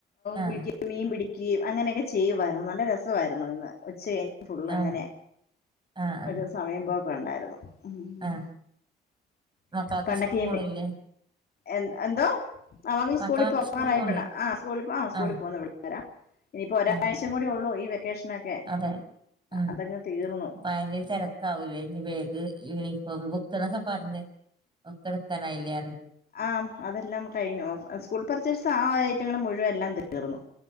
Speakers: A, on the right (about 25°); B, on the left (about 50°).
A: ആഹ്
B: കുളിക്കേം. മീ പിടിക്കേം അങ്ങനൊക്കെ ചെയ്യുവാര്ന്നു നല്ല രസവായിരുന്നു ഇന്ന് ഉച്ച കഴി ഫുള്ള്
A: ആഹ്
B: ങ്ങനെ
A: ആഹ് ആഹ്
B: ഒരു സമയം പോക്ക് വേണ്ടായിരുന്നു. ഉം
A: ആഹ് മക്കളൊക്കെ
B: പണ്ടക്കെയെമ്മെ
A: സ്കൂൾ പോണില്ലേ
B: എ എന്തോ അവങ്ങള്
A: മക്കളൊക്കെ
B: സ്കൂളി പോവാറായ
A: സ്കൂൾ പോണില്ലേ
B: പിള ആഹ് സ്കൂളി സ്കൂളി
A: ആഹ്
B: പോവുന്ന പിള്ളാ രാ ഇനിയിപ്പോ ഒരാഴ്ചേകൂടി
A: ആഹ്
B: ഒള്ളൂ ഈ വെക്കേഷനൊക്കെ.
A: അതെ ഉം
B: അതങ്ങ് തീർന്നു
A: ഭയങ്കര തെരക്കാവൂലേ ഇനി ബേഗ്, യൂണീഫോ ഇപ്പ ബുക്കന്നൊക്കെ പറഞ്ഞ് ഒക്കെട്ക്കാനായില്ലെറയെ.
B: ആഹ് അതെല്ലാം കഴിഞ്ഞു സ്കൂൾ പർച്ചേസ് ആ ഐറ്റങ്ങള് മുഴുവെല്ലാം തീർന്നു.